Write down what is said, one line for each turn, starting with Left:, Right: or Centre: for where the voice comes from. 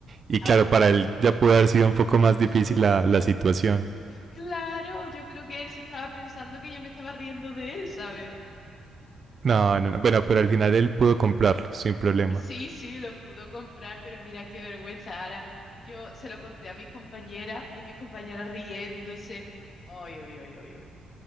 Right: Y claro,
Left: Ah,
Right: para él ya pudo haber sido un poco más difícil la, la situación.
Left: claro, yo creo que él se estaba pensando que yo me estaba riendo de él, ¿sabes?
Right: No, no, no. Bueno, pero al final él pudo comprarlo sin problema.
Left: Sí, sí, lo pudo comprar, pero mira qué vergüenza, Ara, Yo se lo conté a mis compañeras y mis compañeras riéndose. Ay, ay, ay, ay, ay.